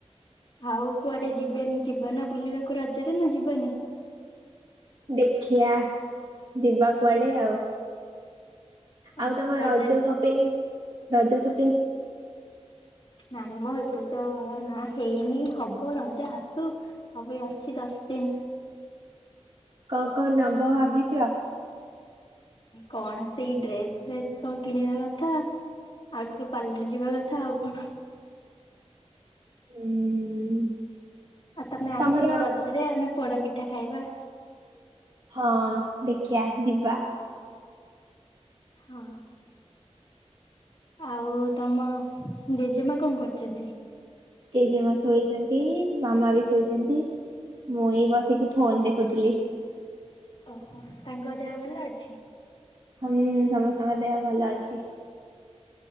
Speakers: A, on the left; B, on the right.
A: ଆଉ କୁଆଡେ ଯିବେନି ଯିବ ନା ବୁଲିବାକୁ ରଜରେ ନା ଯିବନି।
B: ଦେଖିଆ ଯିବା କୁଆଡେ ଆଉ। ଆଉ
A: ଓହୋ
B: ତମ
A: ରଜରେ
B: ରଜ ସପିଂ ରଜ ସ
A: ନାଇଁ ମଁ ଏପ ତ ନା ହେଇନି ହବ ରଜ ଆସୁ ହବେ ଅଛି ଦଶ ଦିନ।
B: କଣ କଣ ନବ ଭାବିଛ?
A: କଣ ସେଇ ଡ୍ରେସ ଫ୍ରେସ କଣ କିଣିବା କଥା ଆଉ ଟିକେ ପାର୍ଲରରେ ଯିବା କଥା ଆଉ କଣ?
B: ଉଁ
A: ଆଉ ତମେ ଆସିବ
B: ତମର
A: ରଜରେ ଆମେ ପୋଡପି ପିଠା ଖାଇବା।
B: ହଁ ଦେଖିବା ଯିବା।
A: ହଁ। ଆଉ ତମ ଜେଜେମା କଣ କରୁଛନ୍ତି?
B: ଜେଜେମା ଶୋଇଛନ୍ତି ମାମା ବି ଶୋଇଛନ୍ତି। ମୁଇ ବସିକି ଫୋନ ଦେଖୁଥିଲି।
A: ଓହୋ ତାଙ୍କ ଦେହ ଭଲ ଅଛି।
B: ହୁଁ ସମସ୍ତେ ତମ ଦେହ ଭଲ ଅଛି।